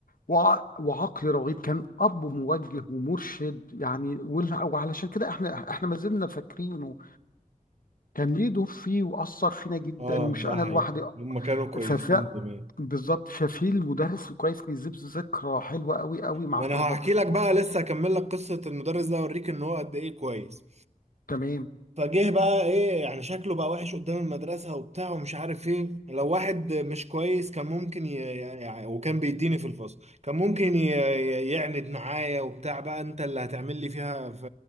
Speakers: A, on the left; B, on the right.
A: وع- وعقل رغيد كان أب موجه ومرشد يعني وال- وعلشان كده احنا احنا ما زلنا فاكرينه كان ليه دور فيه وأثر فينا جدا
B: اه
A: مش
B: ده
A: أنا
B: حقيقي
A: لوحدي
B: هم كانوا كويسين
A: ففي
B: زمان
A: بالظبط ففي المدرس الكويس بيسيب ذكرى حلوة قوي قوي مع
B: ما
A: الطلبة
B: انا هحكي
A: بتوعه
B: لك بقى لسه هكمل لك قصه المدرس ده اوريك ان هو قد ايه كويس
A: تمام
B: فجه بقى ايه يعني شكله بقى وحش قدام المدرسة وبتاع ومش عارف ايه لو واحد مش كويس كان ممكن ي... يعني وكان بيديني في الفصل كان ممكن ي... ي- يعند معايا وبتاع بقى انت اللي هتعمل لي فيها ف...